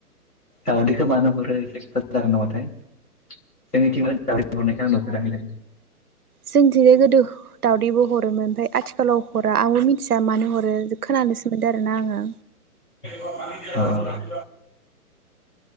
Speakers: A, on the left; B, on the right.
A: दावदैखौ मानो हरो एसे खोथा जागोन नामाथाय जोंनिथिं दावदै हरनायखौ आं नुफेराखै दै।
B: जोंनिथिं गोदो दावदैबो हरोमोन ओमफफ्राय आथिखालाव हरा आंबो मिथिया मानो हरो खोनानोसोम मोनदों आरोना आंङो
A: ओ ओमफ्राय